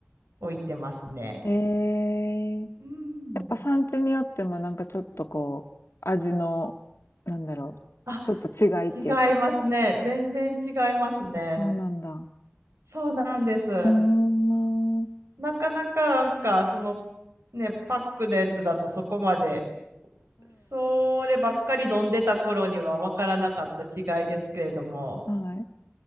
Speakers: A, on the right; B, on the left.
A: 置いてますね。
B: えー、や
A: うん。
B: っぱ産地によってもなんかちょっとこう、味の、なんだろう、
A: あ、
B: ちょっと違いっていうか。
A: 違いますね。全然違いますね。
B: そうなんだ。
A: そうなんです。
B: うーん。うん。
A: なかなかなんか、そのね、パックのやつだとそこまで、そればっかり飲んでた頃には分からなかった違いですけれども、
B: はい。